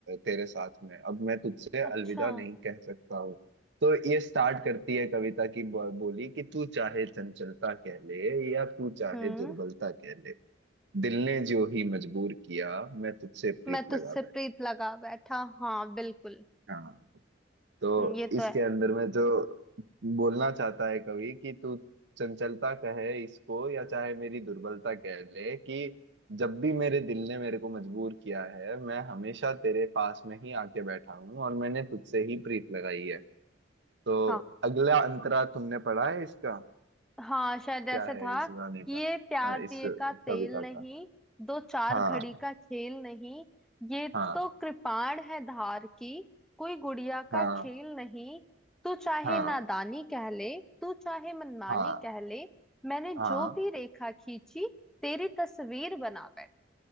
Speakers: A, on the right; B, in the centre.
A: तेरे साथ में अब मैं तुझसे अलविदा
B: अच्छा
A: नहीं कह सकता हूँ तो ये स्टार्ट करती है कविता की बो- बोली कि तू चाहे चंचलता कह ले या तू चाहे
B: हम्म
A: दुर्बलता कह ले दिल ने जो ही मजबूर किया मैं तुझसे प्रीत
B: मैं तुझसे
A: लगा बैठा
B: प्रीत लगा बैठा हाँ बिल्कुल
A: हाँ तो
B: हम्म, ये तो
A: इसके
B: है
A: अंदर में जो बोलना चाहता है कवि कि तू चंचलता कहे इसको या चाहे मेरी दुर्बलता कह ले कि जब भी मेरे दिल ने मेरे को मजबूर किया है मैं हमेशा तेरे पास में ही आके बैठा हूँ और मैंने तुझसे ही प्रीत लगाई है तो
B: हाँ
A: अगला अंतरा तुमने पढ़ा है इसका
B: हाँ शायद ऐसे
A: क्या है
B: था
A: इस गाने
B: कि ये
A: का
B: प्यार
A: अ, इस
B: दिए
A: कविता
B: का तेल नहीं
A: का
B: दो चार
A: हाँ
B: घड़ी का खेल नहीं ये
A: हाँ
B: तो कृपाण है धार की कोई गुड़िया का
A: हाँ
B: खेल नहीं तू चाहे
A: हाँ
B: नादानी कह ले तू चाहे मनमानी
A: हाँ
B: कह ले मैंने
A: हाँ
B: जो भी रेखा खींची तेरी तस्वीर बना बैठ